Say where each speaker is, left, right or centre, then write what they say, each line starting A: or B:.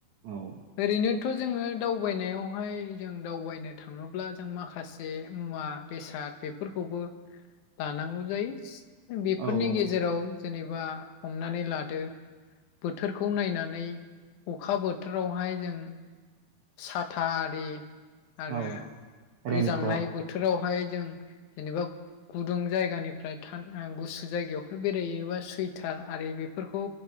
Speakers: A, on the right (about 65°); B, on the left (about 70°).
A: औ
B: ओरैनो थ जोङो दावबायनायावहाय जों दावबायनो थाङोब्ला जों माखासे मुवा बेसाद बेफोरखौबो लानांगौ जायो बेफोरनि
A: औ
B: गेजेराव जेनेबा हमनानै लादो बोथोरखौ नायना नै अखा बोथोरावहाय जों साथा आरि आरो
A: औ
B: गोजांनाय
A: रेनकट
B: बोथोरावहाय जों जेनेबा गुदुं जायगानिफ्राय थान-ओ-गुसु जायगायाव बेरायोबा सुइटार आरि बेफोरखौ